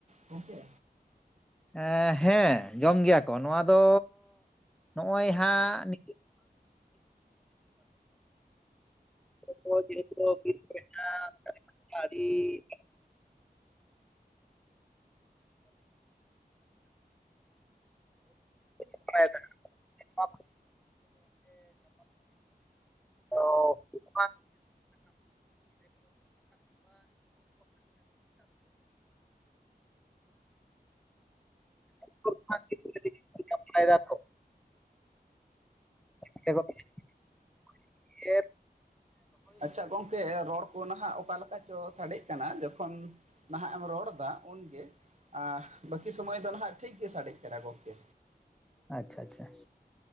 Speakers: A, on the right; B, in the centre.
A: ᱜᱚᱝᱠᱮ
B: ᱮᱸ ᱦᱮᱸ ᱡᱚᱢ ᱜᱮᱭᱟ ᱠᱚ ᱱᱚᱣᱟ ᱫᱚ ᱱᱚᱜᱼᱚᱭ ᱦᱟᱸᱜ ᱥᱤ <inaudible> <inaudible> ᱚ <inaudible> <inaudible> <inaudible> ᱵᱟᱲᱟᱭᱮᱫᱟ ᱛᱚ ᱮ ᱮ <inaudible>
A: ᱟᱪᱪᱷᱟ ᱜᱚᱝᱠᱮ ᱨᱚᱲ ᱠᱚ ᱱᱟᱦᱟᱜ ᱚᱠᱟ ᱞᱮᱠᱟ ᱪᱚ ᱥᱟᱰᱮᱜ ᱠᱟᱱᱟ ᱡᱚᱠᱷᱚᱱ ᱱᱟᱦᱟᱜ ᱮᱢ ᱨᱚᱲᱫᱟ ᱩᱱᱜᱮ ᱵᱟᱹᱠᱤ ᱥᱚᱢᱚᱭ ᱫᱚ ᱱᱟᱜ ᱴᱷᱤᱠ ᱜᱮ ᱥᱟᱰᱮᱜ ᱠᱟᱱᱟ ᱜᱚᱢᱠᱮ
B: ᱟᱪᱪᱷᱟ ᱟᱪᱪᱷᱟ